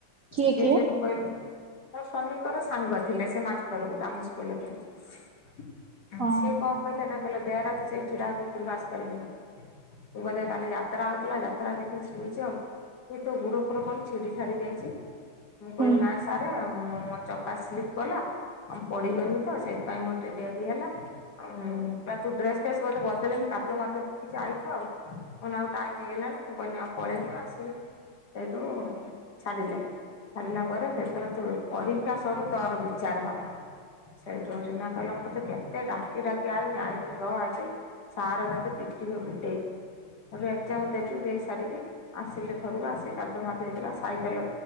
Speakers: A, on the right; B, on the left.
A: କିଏ
B: ସେିଏ
A: କିଏ?
B: ସେଇଠୁ କହିଲେ ମୋ ସ୍ୱାମୀଙ୍କର ସାଙ୍ଗ ଥିଲେ ସେ ମାଷ୍ଟର ଗୋଟେ ଆମେ ସ୍କୁଲରେ ଥିଲେ
A: ହଁ
B: ସିଏ କଣ କହିଲେ ନା କହିଲେ ବେହେରା ତୁ ସେଇଠି ଠିଆ ହୋ ଭିତରୁକୁ ଆସି ପାରିବୁନି। ତୁ ବୋଧେ କାଲି ଯାତ୍ରା ହଉଥିଲା ଯାତ୍ରା ଦେଖିକି ଶୁଇଛୁ ଆଉ ଏ ତ ଗୋଡ଼ ଉପରେ କଣ ଛିଡି ଛାଡ଼ିି ଯାଇଛି ମୁ
A: ହଁ
B: କହିଲି ନା ସାର୍ ମୁଁ ମୋ ଚକା ସ୍ଲିପ କଲା ଆଁ ପଡିଗଲି ତ ସେଥିପାଇଁ ମୋର ଟେ ଡେରି ହେଲା ଆଉ ତୁ ଡ୍ରେସ ବଦଲେ କାଦୁଅ ମାଦୁଅ ହେଇକି ଆଇଛୁ ଆଉ। କଣ ଆଉ ଟାଇମ ହେଇଗଲାଣି ମୁଁ କହିଲି ଆଉ ପଳେଇବି ଆସିବି ସେଇଠୁ ଛାଡିଲେ। ସାରିଲା ପରେ ସେଠୁ କହିଲେ ତୁ ପରିକ୍ଷା ସରୁ ତୋର ବିଚାର ହବ। ସେଇଠୁ ରିନା କହିଲା ମୁ ତତେ କେତେ ଡାକି ଡାକି ଆଇନି ଆଇଲୁନୁ ସାର ତତେ ପିଟିବେ ଗୋଡାଇକି। ଏବେ ଏକ୍ଜାମ ଦେଲି ଦେଇ ସାରିକି ଆସିଲି ଘରକୁ ଆସିିକି କାଦୁଅ ମାଦୁଅ ହେଇଥିଲା ସାଇକେଲ